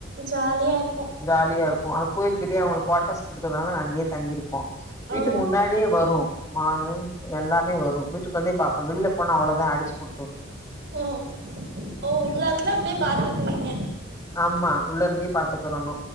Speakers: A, on the right (about 60°); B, on the left (about 20°).
A: ஜாலியாருக்கு
B: ஜாலியாருக்கு அந்தக் கோயில்கிட்டியே அவுங்களுக் குவாட்டஸ் குடுத்ததுனால அங்கியே தங்கிருப் போ வீட்டு
A: ஆ
B: முன்னாடியே வரு மானு எல்லாமே வரு வீட்டுக்ளந்தேப் பாப் இப்ப வில்லப் போனா அவ்ளதா அடிச்சு போட்ரு
A: ஓ ஓ உள்ளருந்தா அப்டியேப் பாத்துக்வீங்க
B: ஆமா உள்ள இருந்தே பாத்துக்கரணு